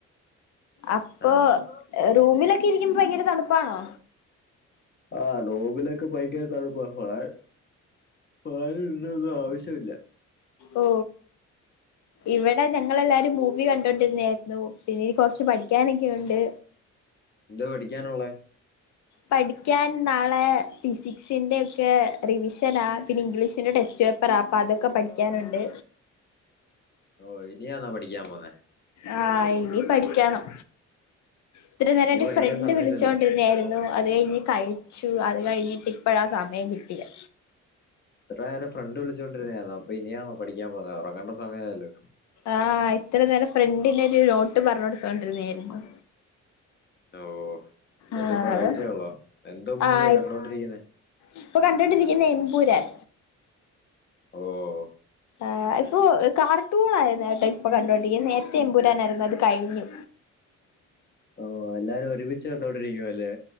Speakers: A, on the left; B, on the left.
A: അപ്പൊ
B: ആഹ്
A: റൂമിലൊക്കെ ഇരിക്കുമ്പോ ഭയങ്കര തണുപ്പാണോ?
B: ആ റൂമിലൊക്കെ ഭയങ്കര തണുപ്പാ ഫാൻ ഫാൻ ഇടണ്ടയൊന്നും ആവശ്യമില്ല
A: ഓ
B: ആഹ്
A: ഇവിടെ ഞങ്ങളെല്ലാരും മൂവി കണ്ടോണ്ടിരുന്നായിരുന്നു പിന്നെനി കുറച്ച് പഠിക്കാനൊക്കെയുണ്ട്
B: എന്തുവാ പഠിക്കാനുള്ള
A: പഠിക്കാൻ നാളെ ഫിസിക്സിന്റെ ഒക്കെ റിവിഷന പിന്നെ ഇംഗ്ലീഷിന്റെ ടെസ്റ്റ് പേപ്പ അപ്പ അതൊക്കെ പഠിക്കാനുണ്ട്
B: ഓ ഇനിയാന്നാ പഠിക്കാൻ പോന്നെ
A: ആഹ് ഇനി പഠിക്കാണം ഇത്ര നേരയിട്ട്
B: ഇനി പഠിക്കാൻ
A: ഫ്രണ്ട്
B: സമയമില്ലല്ലോ
A: വിളിച്ചോണ്ടിരുന്നായിരുന്നു അത് കഴിഞ്ഞ് കഴിച്ചു അത് കഴിഞ്ഞിട്ട് ഇപ്പഴാ സമയം കിട്ടിയെ
B: ഇത്ര നേരം ഫ്രണ്ട് വിളിച്ചുകൊണ്ടിരുന്നായിരുന്നോ അപ്പൊ ഇനിയാണോ പഠിക്കാൻ പോന്നത് ഉറങ്ങണ്ട സമയമായല്ലോ
A: ആഹ് ഇത്ര നേരം ഫ്രണ്ടിൻ ഒരു നോട്ട് പറഞ് കൊടുതോണ്ടിരുന്നേയ്യർന്നു
B: ഓഹ എന്നിട്ടിപ്പോ
A: ആഹ്
B: കഴിച്ചേള്ളോ എന്തോ മൂവിയാ
A: ആഹ്
B: കണ്ടോണ്ടിരിക്കുന്നെ.
A: ഇപ്പൊ കണ്ടൊണ്ടിരിക്കുന്നത് എമ്പുരാൻ
B: ഓഹ...
A: ആഹ ഇപ്പൊ കാർട്ടൂൺ ആയിരുന്നു കേട്ടോ ഇപ്പൊ കണ്ടൊണ്ടിരിക്ന്നെ നേരത്തെ എമ്പൂരാനായിരുന്നു അത് കഴിഞ്ഞു
B: ഓഹ എല്ലാരും ഒരുമിച്ച് കണ്ടോണ്ടിരിക്കുവ അല്ലേ?